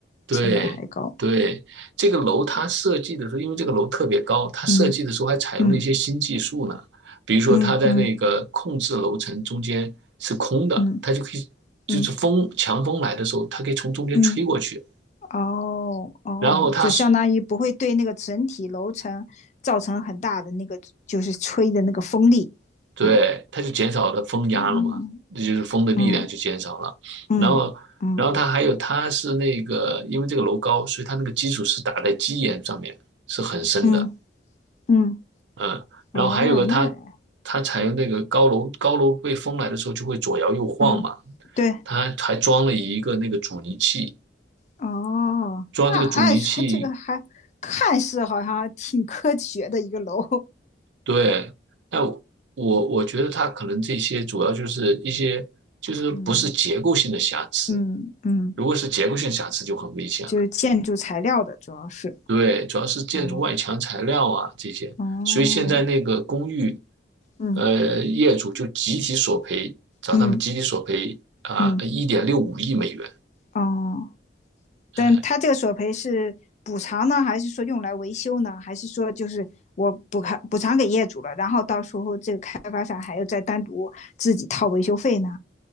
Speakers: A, on the right; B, on the left.
A: 对对，
B: 成本还高。
A: 这个楼它设计的时候，因为这个楼特别高，它设计的时候还采用了一些新技术呢。
B: 嗯嗯
A: 比如说，
B: 嗯嗯
A: 它在那个控制楼层中间是空的，
B: 嗯
A: 它就可以，就是风强风来的时候，
B: 嗯嗯嗯
A: 它可以从中间吹过去，
B: 嗯哦哦，
A: 然后它是
B: 就相当于不会对那个整体楼层造成很大的那个，就是吹的那个风力。
A: 对，
B: 啊，
A: 它就减少了风压了嘛，
B: 嗯
A: 这就是风的力量就减少了。
B: 嗯嗯嗯
A: 然后，然后它还有，它是那个因为这个楼高，所以它那个基础是打在基岩上面，是很深的。
B: 嗯嗯，
A: 嗯，
B: 哦，
A: 然后还有个它，
B: 那
A: 它采用那个高楼，高楼被风来的时候就会左摇右晃嘛。
B: 嗯对，
A: 它还装了一个那个阻尼器，
B: 哦，
A: 装这个阻尼器，
B: 那按说这个还看似好像挺科学的一个楼。
A: 对。但我我我觉得它可能这些主要就是一些就是不是结构性的瑕疵，
B: 嗯嗯嗯，
A: 如果是结构性瑕疵就很危险了。
B: 就是建筑材料的主要是。
A: 对，主要是建筑外墙材料啊这些，
B: 哦哦，
A: 所以现在那个公寓，
B: 嗯
A: 呃，业主就集体索赔，找他们集体索赔啊，
B: 嗯嗯
A: 一点六五亿美元。
B: 哦。但他这个索赔是补偿呢，
A: 哎，
B: 还是说用来维修呢？还是说就是我补偿补偿给业主了，然后到时候这个开发商还要再单独自己掏维修费呢？